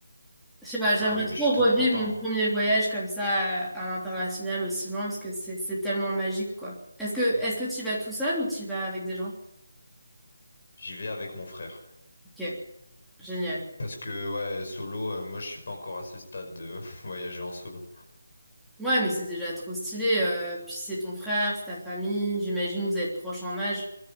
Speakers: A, in the centre; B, on the left.
A: Je sais pas, j'aimerais
B: Ah oui,
A: trop
B: mais je suis trop
A: revivre
B: content.
A: mon premier voyage comme ça à à l'international aussi loin parce que c'est c'est tellement magique quoi. Est-ce que est-ce que tu y vas tout seul ou tu y vas avec des gens?
B: J'y vais avec mon frère.
A: Ok, génial.
B: Parce que ouais, solo, euh, moi je suis pas encore à ce stade de <laughs> voyager en solo.
A: Ouais, mais c'est déjà trop stylé. euh, puis c'est ton frère, c'est ta famille. J'imagine que vous êtes proches en âge,